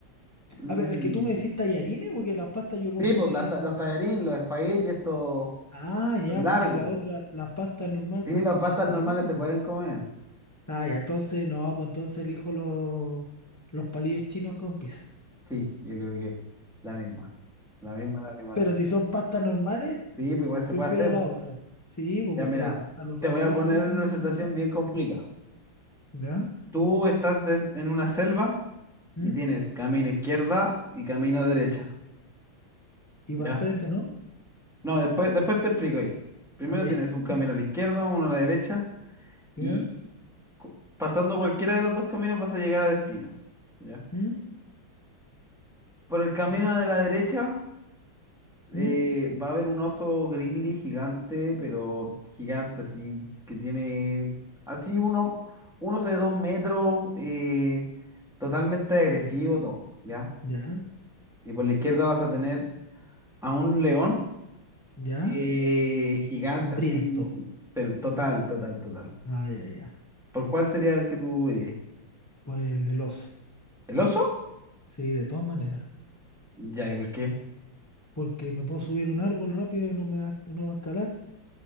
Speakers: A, in the centre; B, on the left.
A: Mm.
B: A ver, es que tú me decís tallarines porque las pastas yo
A: Sí,
B: puedo comer...
A: pues las ta- los tallarines, los espaguetis, estos,
B: Ah, ya,
A: los largos.
B: porque la otra, las pastas normal
A: Sí,
B: con
A: las
B: cuchara
A: pastas normales
B: da lo mismo.
A: se pueden comer.
B: Ah, ya, entonces no, pues entonces elijo los, los palillos chinos con pizza.
A: Sí, yo creo que la misma. La misma, la misma,
B: Pero
A: la misma.
B: si son pastas normales...
A: Sí, pues igual se
B: Prefiero
A: puede hacer.
B: la otra. Sí, pues
A: Ya
B: porque
A: mira,
B: hasta los
A: te
B: raviolis
A: voy a poner
B: los puedes
A: en
B: comer
A: una
B: con
A: situación
B: cuchara.
A: bien complicada.
B: ¿Ya?
A: Tú estás den- en una selva
B: ¿Mm?
A: y tienes camino izquierda y camino derecha,
B: Y
A: ¿ya?
B: para el frente, ¿no?
A: No, después, después te explico ahí. Primero
B: Ah,
A: tienes un
B: <laughs>
A: camino a la izquierda, uno a la derecha y
B: ya. ¿Ya?
A: cu- pasando cualquiera de los dos caminos vas a llegar a destino. ¿ya?
B: ¿Mm?
A: Por el camino
B: ¿Ya?
A: de la derecha eh,
B: ¿Mm?
A: va a haber un oso grizzly gigante, pero gigante, así que tiene así uno, un oso de dos metros, eh, totalmente agresivo, todo, ¿ya?
B: ¿Ya?
A: Y por la izquierda vas a tener a un león
B: ¿Ya?
A: eh, gigante,
B: Hambriento.
A: así, pero total, total, total.
B: Ah, ya, ya.
A: ¿Por cuál sería el que tú dirías?
B: Por el del oso.
A: ¿El oso?
B: Sí, de todas maneras.
A: Ya, ¿y por qué?
B: Porque me puedo subir un árbol rápido y no me va, no va a escalar.